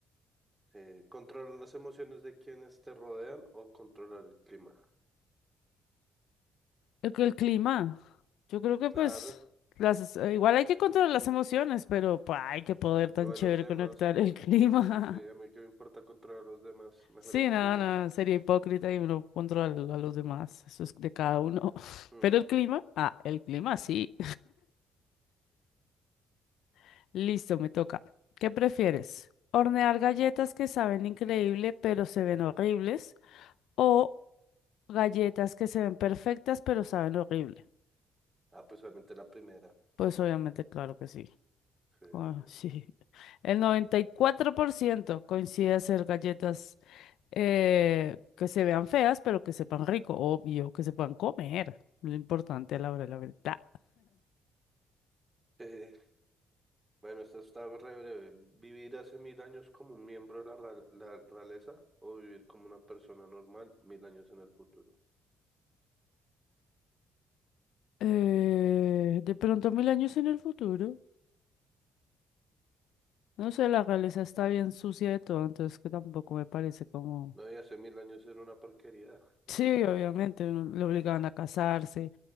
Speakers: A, on the right (about 20°); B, on the left (about 80°).
A: Eh, controlar las emociones de quienes te rodean o controlar el clima.
B: El, el clima. Yo creo que
A: Claro,
B: pues las, igual hay que controlar las emociones, pero pues, hay que poder tan
A: no de
B: chévere
A: los demás.
B: conectar el <laughs> clima.
A: Sí, a mí que me importa controlar a los demás, mejor
B: Sí,
A: el
B: nada,
A: clima.
B: nada, sería hipócrita y no controlar a los demás. Eso es de cada uno. <laughs>
A: Mm.
B: Pero el clima, ah, el clima sí. <laughs> Listo, me toca. ¿Qué prefieres? ¿Hornear galletas que saben increíble pero se ven horribles? ¿O galletas que se ven perfectas pero saben horrible?
A: Ah, pues obviamente la primera.
B: Pues obviamente, claro que sí.
A: Sí,
B: Ah,
A: obvio.
B: sí. El 94% coincide hacer galletas eh, que se vean feas, pero que sepan rico, obvio, que se puedan comer. Lo importante a la hora de la verdad.
A: Eh, bueno, esta está re breve. ¿Vivir hace mil años como un miembro de la, ra- la realeza o vivir como una persona normal mil años en el futuro?
B: Eh, de pronto mil años en el futuro. No sé, la realeza está bien sucia de todo, entonces que tampoco me parece como...
A: No, y hace mil años era una porquería. No,
B: Sí,
A: sí,
B: obviamente, uno- le obligaban a casarse,